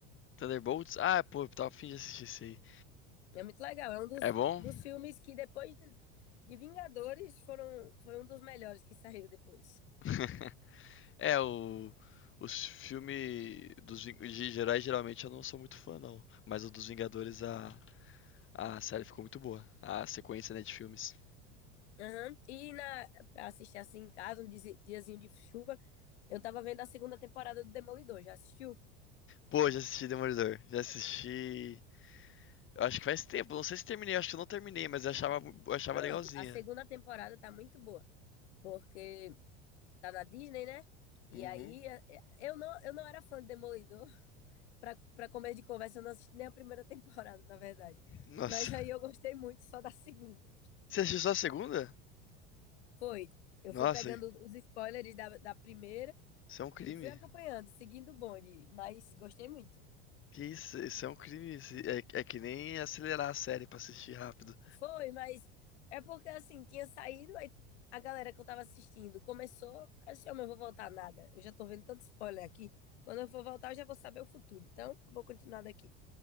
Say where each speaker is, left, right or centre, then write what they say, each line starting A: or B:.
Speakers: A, on the left (about 35°); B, on the left (about 80°).
A: Thunderbolts? Ah, pô, eu tava a fim de assistir esse aí.
B: É muito legal. É um dos,
A: É bom?
B: dos filmes que depois de, de Vingadores foram, foi um dos melhores que saiu depois.
A: <laughs> É, o, os filmes dos Ving- de heróis geralmente eu não sou muito fã, não. Mas o dos Vingadores, a, a série ficou muito boa. A sequência, né, de filmes.
B: Aham. E na, pra assistir assim em casa, um dizi- diazinho de chuva, eu tava vendo a segunda temporada do Demolidor. Já assistiu?
A: Pô, já assisti Demolidor. Já assisti. Eu acho que faz tempo, não sei se terminei, acho que eu não terminei, mas eu achava, eu achava
B: Pronto,
A: legalzinha.
B: a segunda temporada tá muito boa. Porque tá na Disney, né? E
A: Uhum.
B: aí, eh, eu não, eu não era fã de Demolidor. <laughs> Pra, pra comer de conversa, eu não assisti nem a primeira <laughs> temporada, na verdade.
A: Nossa.
B: Mas aí
A: <laughs>
B: eu gostei muito só da segunda.
A: Você assistiu só a segunda?
B: Foi. Eu
A: Nossa,
B: fui pegando os spoilers da, da primeira
A: isso é um crime.
B: e fui acompanhando, seguindo o bonde. Mas gostei muito.
A: Que isso, isso é um crime. isso- É, é que nem acelerar a série pra assistir rápido.
B: Foi, mas é porque assim, tinha saído, aí a galera que eu tava assistindo começou. Assim, eu não vou voltar nada. Eu já tô vendo tanto spoiler aqui. Quando eu for voltar, eu já vou saber o futuro. Então, vou continuar daqui.